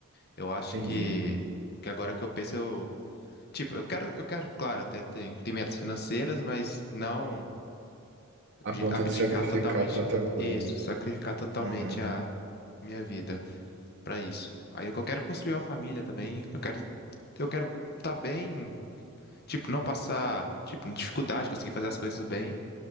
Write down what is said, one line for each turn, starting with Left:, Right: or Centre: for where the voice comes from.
Left: Eu acho
Right: entendi.
Left: que, que agora que eu penso, eu, tipo, eu quero, eu quero, claro, eu quero ter, ter metas financeiras, mas não.
Right: A
Left: de
Right: ponto
Left: abdicar
Right: de sacrificar
Left: totalmente
Right: tanta coisa.
Left: isso, sacrificar totalmente
Right: Aham,
Left: a minha vida pra isso. Aí eu quero construir uma família também, eu quero eu quero tá bem, tipo, não passar tipo dificuldade, conseguir fazer as coisas bem